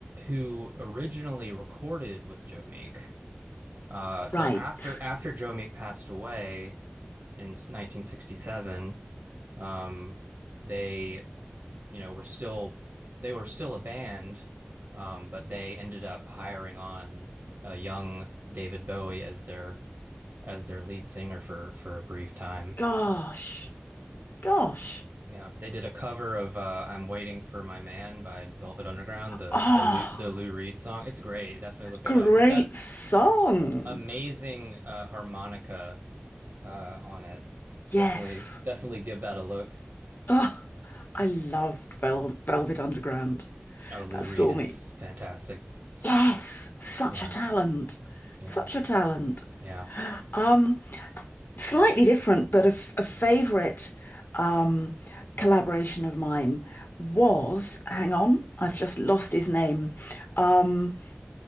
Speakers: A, on the right; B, on the left.
A: who originally recorded with Joe Meek. Uh, so
B: Right.
A: after after Joe Meek passed away in 1967, um, they you know were still they were still a band, um, but they ended up hiring on a young David Bowie as their as their lead singer for for a brief time.
B: Gosh. Gosh.
A: Yeah, they did a cover of uh, "I'm Waiting for My Man" by Velvet Underground, the
B: Oh.
A: the Lou, the Lou Reed song. It's great. Definitely look it
B: Great
A: up. It's got
B: song.
A: amazing uh, harmonica uh, on it.
B: Yes.
A: Definitely, definitely give that a look.
B: Oh, I loved Vel Velvet Underground.
A: Oh, Lou
B: That
A: Reed
B: saw
A: is
B: me.
A: fantastic.
B: Yes, such
A: Yeah,
B: a talent.
A: yeah,
B: Such a talent.
A: yeah.
B: Um, slightly different, but a, f- a favorite um collaboration of mine was, hang on, I've just lost his name. Um,